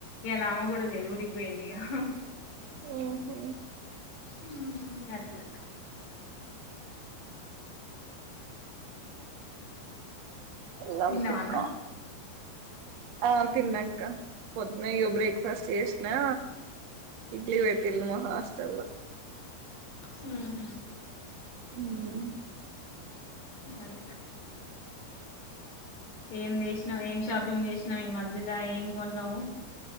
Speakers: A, on the left; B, on the right.
A: ఇయాల ఆమె కూడా లేదు ఊరికి పోయింది హ హా
B: హుమ్ హు
A: ఉమ్ గట్ల
B: లంకిక
A: తిన్నావా అన్నం
B: ఆ తిన్నాక్క పొద్దున్న ఇగో బ్రేక్ఫాస్ట్ చేసినా ఇడ్లీ పెట్టిన్లు మా హాస్టల్ ల
A: హుమ్ హు
B: హుమ్
A: అదే ఏం చేసినావ్ ఏం షాపింగ్ చేసినావు ఈ మధ్యల ఏం కొన్నావు